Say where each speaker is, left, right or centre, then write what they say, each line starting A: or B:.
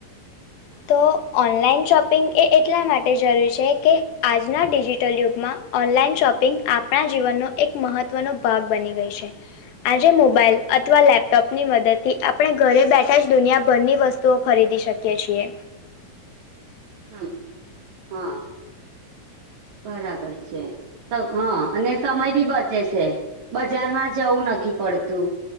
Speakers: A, on the left (about 85°); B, on the right (about 55°).
A: તો ઓનલાઈન શોપિંગ એ એટલા માટે જરૂરી છે કે આજના ડિજિટલ યુગમાં ઓનલાઈન શોપિંગ આપણા જીવનનો એક મહત્ત્વનો ભાગ બની ગઈ છે. આજે મોબાઈલ અથવા લેપ ટોપની મદદથી આપણે ઘરે બેઠા જ દુનિયાભરની વસ્તુઓ ખરીદી શકીએ છીએ.
B: હમ્મ, હા બરાબર છે. હા અને સમય બી બચે છે બજારમાં જવું નથી પડતું.